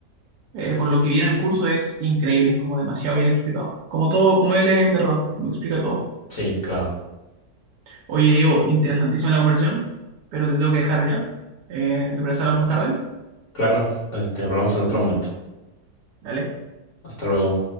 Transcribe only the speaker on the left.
Sí, claro.
Claro, este, hablamos en otro momento.
Hasta luego.